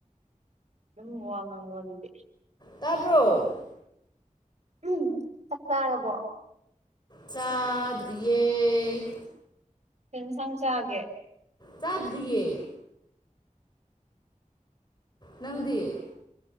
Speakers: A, on the right; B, on the left.
A: ꯎꯝ ꯋꯥꯉꯗꯗꯦ
B: ꯇꯥꯕ꯭ꯔꯣ
A: ꯎꯝ ꯆꯞ ꯆꯥꯔꯕꯣ
B: ꯆꯥꯗꯔꯤꯦ
A: ꯊꯅ ꯆꯪ ꯆꯑꯒꯦ
B: ꯆꯥꯗꯔꯤꯌꯦ ꯅꯪꯗꯤ